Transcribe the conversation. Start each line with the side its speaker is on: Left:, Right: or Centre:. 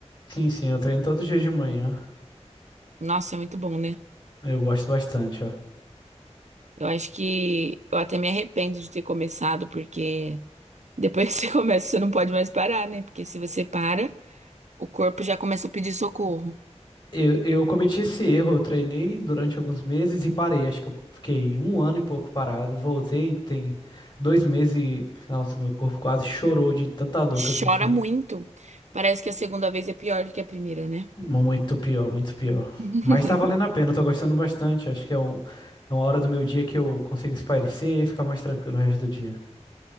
Left: Sim, sim, eu treino todo dia de manhã.
Right: Nossa, é muito bom, né?
Left: Eu gosto bastante, ó.
Right: Eu acho que eu até me arrependo de ter começado, porque depois que <laughs> você começa, você não pode mais parar, né? Porque se você para, o corpo já começa a pedir socorro.
Left: Eu, eu cometi esse erro, eu treinei durante alguns meses e parei. Acho que eu fiquei um ano e pouco parado. Voltei, tem dois meses e. Nossa, meu corpo quase chorou de tanta dor que eu
Right: Chora
Left: senti.
Right: muito. Parece que a segunda vez é pior do que a primeira, né?
Left: Muito pior, muito pior.
Right: <laughs>
Left: Mas tá valendo a pena, eu tô gostando bastante. Acho que é, um, é uma hora do meu dia que eu consigo espairecer e ficar mais tranquilo o resto do dia.